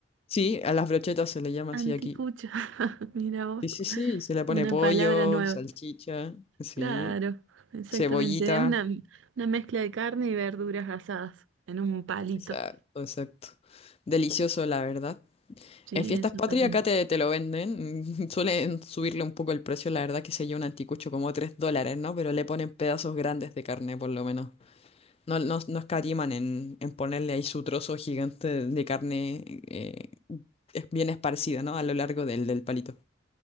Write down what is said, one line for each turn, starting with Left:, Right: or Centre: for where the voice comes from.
Left: Sí, a las brochetas se le llama
Right: Anticuchos.
Left: así aquí.
Right: <laughs> Mira vos,
Left: Sí, sí, sí. Se le pone
Right: una
Left: pollo,
Right: palabra nueva.
Left: salchicha, sí.
Right: Claro, exactamente.
Left: Cebollita.
Right: Es una, una mezcla de carne y verduras asadas en un palito.
Left: Exacto, exacto. Delicioso, la verdad.
Right: Sí,
Left: En fiestas
Right: eso
Left: patrias
Right: está bueno.
Left: acá te, te lo venden. <laughs> Suelen subirle un poco el precio, la verdad, que se lleva un anticucho como 3 dólares, ¿no? Pero le ponen pedazos grandes de carne, por lo menos. No, no, no escatiman en, en ponerle ahí su trozo gigante de carne eh, es- bien esparcida, ¿no? A lo largo del, del palito.